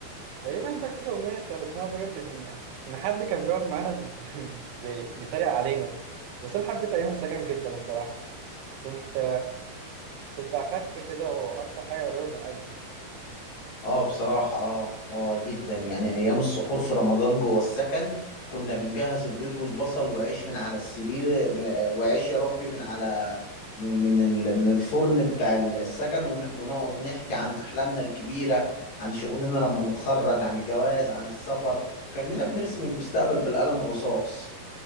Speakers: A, on the right; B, on the left.
A: تقريبا ده اكتر اغنية استهلكناها لدرجة ان ان حد كان بيقعد معانا ب- <laughs> ب- بيتريق علينا بس انا حبيت ايام السكن جدا الصراحة كنت كنت أخف كده وأكتر حاجة قريبة من القلب
B: اه بصراحة اه اه جدا يعني ايام السحور في رمضان جوه السكن كنا بنجهز البيض والبصل وعيش من على السرير م- وعيش يا ربي من على من من ال- من الفرن بتاع السكن ون- ونقعد نحكي عن احلامنا الكبيرة عن شغلنا لما نتخرج عن الجواز عن السفر كأننا بنرسم المستقبل بالقلم الرصاص